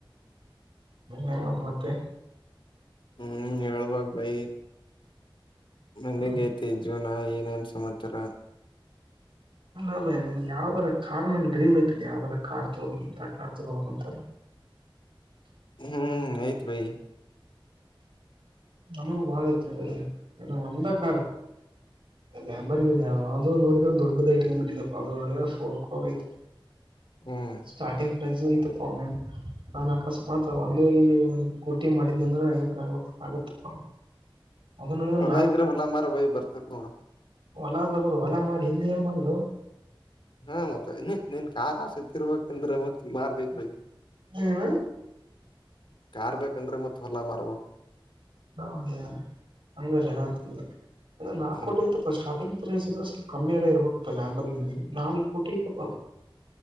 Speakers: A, on the right; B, on the left.
A: ಹ ಮತ್ತೆ
B: ಹ್ಮ್ ಹೇಳ್ಬೇಕ್ ಬೈ ಮುಂದಂಗೖತಿ
A: ಹ್ಮ
B: ಜೀವನ. ಏನೇನ್ ಸಮಾಚಾರ?
A: ಅ ಬಯ್ ನನ್ ಯಾವ್ದರ ಕಾರ್ ಮ ಡ್ರೀಮ್ ಐತೆನಿ ಯಾವ್ದರ ಕಾರ್ ತಗೋಬೇಕಗಿಂತ ಕಾರ್ ತಗೋಬೇಕು ಅಂತ.
B: ಹ್ಮ್ ಆಯ್ತು ಭೈ.
A: ನಾನೂ ಬಾಳ ಆಯ್ತು ನ ಒಂದ ಕಾರ.
B: ಹ
A: ಅಲ್ಲಂಬ ಅದು ನೋಡಿದ್ರೆ ದೊಡ್ಡದ ಐಟ್ ಬಿಿಟ್ಟ ನೋಡಿದ್ರೆ ಫೋರ್ ಕ್ರೋ ಆಯತ.
B: ಹ್ಮ್
A: ಸ್ಟಾರ್ಟಿಂಗ್ ಪ್ರೈಸ್ ಐತಪ್ಪ್ ನಾನು ಅಕಸ್ಮಾತ್ ಒಂದು ಕೂಟಿ ಮಾಡಿದ್ನ ಅಂದ್ರ ಏನ್ ಆಗ ಆಗತ್ತಪ್ಪ. ಅದು ನೋಡಿದ್ರ
B: ಹೊಲ ಇದ್ರೆ ಹೊಲಾ ಮಾರ ಬೈಯ ಬರ್ತೇತ್ ನೋಡ.
A: ಹೊಲಾದ ಬಿಡು ಹೊಲಾ ಮಾರಿ ಹಿಂದ ಏನ್ ಮಾಡದು.
B: ಹಾ ಮತ್ತ ನೀ ನೀನ್ ಕಾರ್ ಆಸೆ ತೀರ್ರ್ಬೇಕಂದ್ರೆ ಮತ್ ಮಾರ್ಬೇಕ್ ಬೈ.
A: ಹ್ಮ
B: ಕಾರ್ ಬೇಕಂದ್ರೆ ಮತ್ ಹೊಲ ಮಾರ್ಬೇಕು.
A: ಹ ಹಂಗ ಅಂತ ನಾಕ
B: ಹ್ಮ್
A: ಕೋಟಿ ಇತ್ತುಪ್ಪ ಸ್ಟಾರ್ಟಿಂಗ್. ಪ್ರೖಸಿದ್ರೆ ಸ್ವಲ್ಪ ಕಮ್ಮಿಯರ ಇರ್ಬಬೇಕಪ್ಪ ಲ್ಯಾಂಬರಿಂಗೆ ನಾಲ್ಕ ಕೋಟೀ ಐತಪ್ಪ.